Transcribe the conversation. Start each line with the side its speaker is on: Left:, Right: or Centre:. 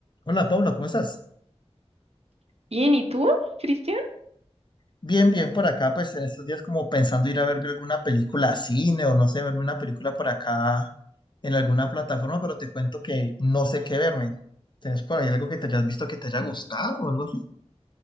Left: Hola, Paula. ¿cómo estás?
Right: Bien, ¿y tú, Cristian?
Left: Bien, bien por acá, pues en estos días como pensando ir a ver alguna película a cine o no sé, verme una película por acá en alguna plataforma, pero te cuento que no sé qué verme. ¿Tienes por ahí algo que te hayas visto que te haya gustado o algo así?